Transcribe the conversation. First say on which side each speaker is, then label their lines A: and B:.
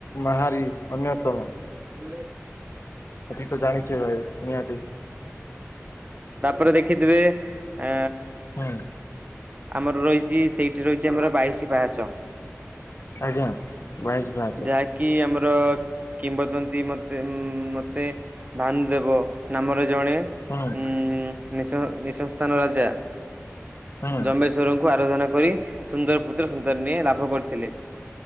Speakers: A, on the left; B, on the right.
A: ମହାରି ଅନ୍ୟତମ।
B: <unintelligible>
A: ହତି ତ ଜାଣିଚେ ଭାଇ ନିହାତୀ।
B: ତାପରେ ଦେଖିଥିବେ ଆ
A: ହୁଁ
B: ଆମର ରହିଚି ସେଇଠି ରହିଚି ଆମର ବାଇଶି ପାହାଚ।
A: ଆଜ୍ଞା। ବାଇଶି ପାହାଚ
B: ଯାହାକି ଆମର କି କିମ୍ବଦନ୍ତି ମତେ ମତେ ଭାନୁ ଦେବ ନାମର ଜଣେ ଉଁ
A: ହୁଁ
B: ନି ନିସ ସଂସ୍ଥାନ ରାଜା
A: ହୁଁ
B: ଜମ୍ବେଶ୍ୱରଙ୍କୁ ଆରାଧନା କରି ସୁନ୍ଦରପୁତ୍ର ସନ୍ତାନ ଲାଭ କରିଥିଲେ।